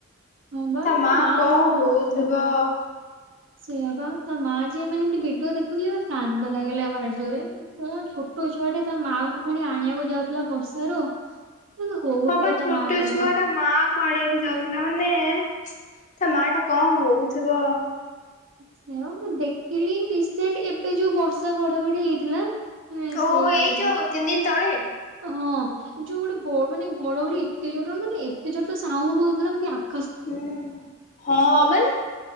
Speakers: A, on the right (about 65°); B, on the left (about 40°).
A: ହଁ ବା
B: ତା ମା କଣ
A: ମନ
B: ହଉଥିବ।
A: ହଁ। ସେଇଆ ବା ତା ମା ଯିଏ ମାନେ ଭିଡିଓ ଦେଖୁଥିଲେ କାନ୍ଦ ଲାଗିଲା ଭାରି ଜୋରରେ। ହଁ ଛୋଟ ଛୁଆଟେ ତା ମାଆଙ୍କୁ ପୁଣି ଆଣିବାକୁ ଯାଉଥିଲା ବର୍ଷାରୁ। କିନ୍ତୁ ହଉଥିବ
B: ହଁ ବା ଛୋଟ
A: ତା ମା କହିଲ।
B: ଛୁଆ ତା ମା କୁ ଆଣିବାକୁ ଯାଉଥିଲା ମାନେ ତା ମା ଟା କଣ ହଉଥିବ।
A: ସେ ମୁଁ ଦେଖିଲି ରିସେଣ୍ଟ ଏବେ ଯୋଉ ବର୍ଷା ଘଡାଘଡି ହେଇଥିଲା। ହଁ ସେଇରେ।
B: ଓହୋ ଏଇ ଯୋଉ ତିନି ଦିନ ତଳେ।
A: ହଁ ଯୋଉ ଗୋଟେ ବ ମାନେ ଘଡଘଡି ଏତେ ଜୋର ମାନେ ଏତେ ଜୋର ତ ସାଉଣ୍ଡ ହଉଥିଲା ମ
B: ହଁ ହଁ ମାନେ।